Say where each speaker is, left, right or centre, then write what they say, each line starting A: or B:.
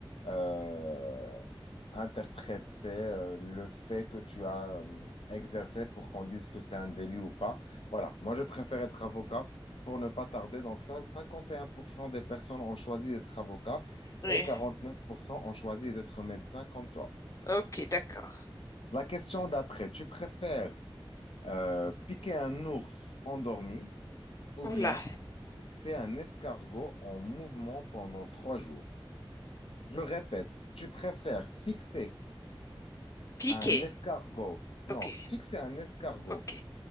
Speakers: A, on the left; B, on the left.
A: euh, interprétait euh, le fait que tu as euh, exercé pour qu'on dise que c'est un délit ou pas. Voilà, moi je préfère être avocat pour ne pas tarder. Donc ça, 51% des personnes ont choisi d'être avocat
B: Oui,
A: et 49% ont choisi d'être médecin comme toi.
B: ok, d'accord.
A: La question d'après, tu préfères euh, piquer un ours endormi ou
B: Oula,
A: bien fixer un escargot en mouvement pendant trois jours? Je répète, tu préfères fixer
B: piqué.
A: Un escargot. Non,
B: Ok,
A: fixer un escargot
B: ok.